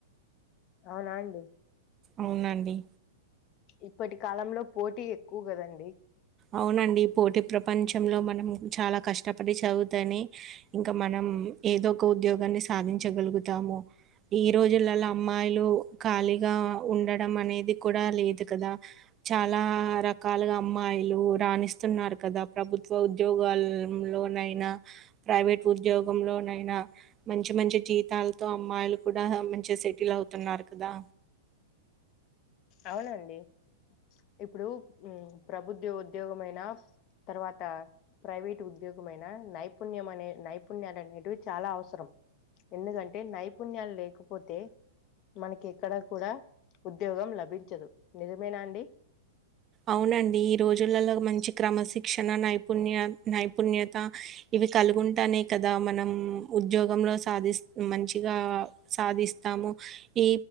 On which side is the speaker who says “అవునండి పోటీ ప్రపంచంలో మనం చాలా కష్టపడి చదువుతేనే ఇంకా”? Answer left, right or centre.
Right